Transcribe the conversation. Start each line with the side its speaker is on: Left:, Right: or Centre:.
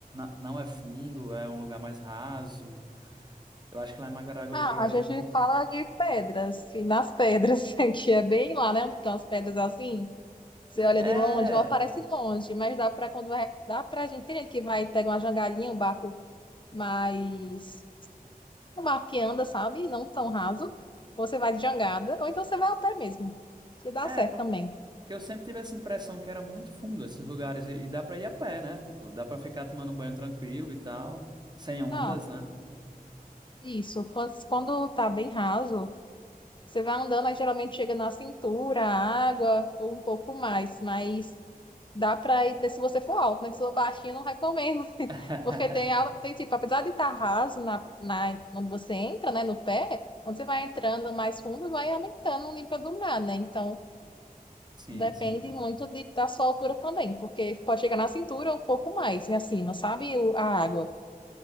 Right: não é fundo, é um lugar mais raso. Eu acho que lá em Maragogi,
Left: Ah,
Right: eu acho
Left: a gente
Right: que...
Left: fala de pedras, e nas pedras, <laughs> que é bem lá, né? Onde estão as pedras assim. Você olha
Right: É,
Left: de longe, ela parece longe, mas dá para quando vai, dá para gente, tem gente que vai pega uma jangadinha, um barco mais um barco que anda, sabe? Não tão raso. Ou você vai de jangada, ou então você vai a pé mesmo. Que dá
Right: é,
Left: certo
Right: porque
Left: também.
Right: eu sempre tive essa impressão que era muito fundo esses lugares e, e dá pra ir a pé, né? Tipo, dá pra ficar tomando banho tranquilo e tal, sem ondas,
Left: Ah,
Right: né?
Left: isso. Quando, quando tá bem raso, você vai andando, aí geralmente chega na cintura, a água, ou um pouco mais, mas Dá pra ir, né, se você for alto, né? Se for baixinho, eu não recomendo. <laughs>
Right: <laughs>
Left: Porque tem, al- tem tipo, apesar de estar raso na, na, onde você entra, né, no pé, quando você vai entrando mais fundo, vai aumentando o nível do mar, né? Então,
Right: Sim,
Left: depende
Right: sim,
Left: muito de, da sua altura também, porque pode chegar na cintura ou um pouco mais, e acima, sabe? O- A água.